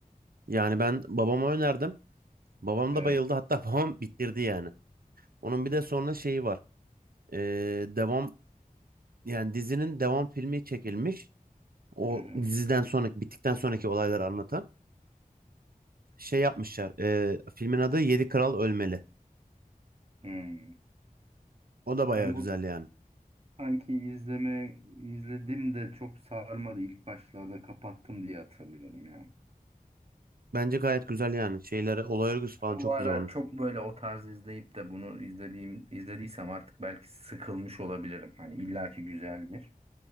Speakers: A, on the right; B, on the right.
A: Yani ben babama önerdim. Babam
B: Evet.
A: da bayıldı. Hatta <laughs> babam bitirdi yani. Onun bir de sonra şeyi var. E, devam yani dizinin devam filmi çekilmiş. O
B: Hı hı.
A: diziden sonraki bittikten sonraki olayları anlatan şey yapmışlar. E, filmin adı Yedi Kral Ölmeli.
B: Hmm.
A: O da bayağı
B: Ben
A: güzel
B: bu
A: yani.
B: sanki izleme izledim de çok sarmadı. İlk başlarda kapattım diye hatırlıyorum ya.
A: Bence gayet güzel yani. Şeyleri, olay örgüsü falan
B: O
A: çok
B: ara
A: güzel onun.
B: çok böyle o tarz izleyip de bunu izlediğim izlediysem artık belki sıkılmış olabilirim. Hani illaki güzeldir.